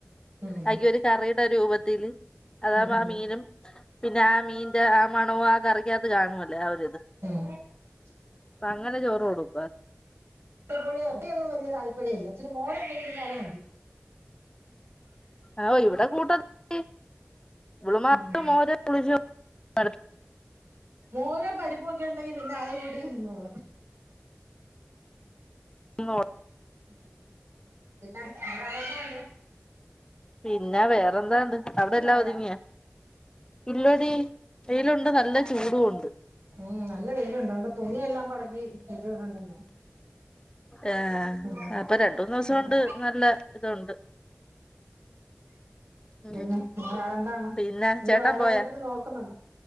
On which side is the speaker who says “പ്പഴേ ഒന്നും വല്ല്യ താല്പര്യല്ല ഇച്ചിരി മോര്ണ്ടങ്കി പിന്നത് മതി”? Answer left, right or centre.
Right